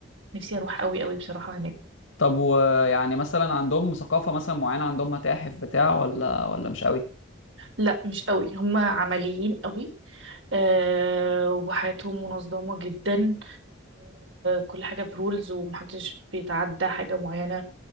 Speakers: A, on the right; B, on the left.
A: نفسي اروح قوي قوي بصراحه هناك
B: طب ويعني مثلا عندهم ثقافة مثلا معينة عندهم متاحف بتاع ولا ولا مش قوي
A: لا مش قوي هما عمليين قوي آه وحياتهم منظمة جدا كل حاجة برولز ومحدش بيتعدى حاجة معينة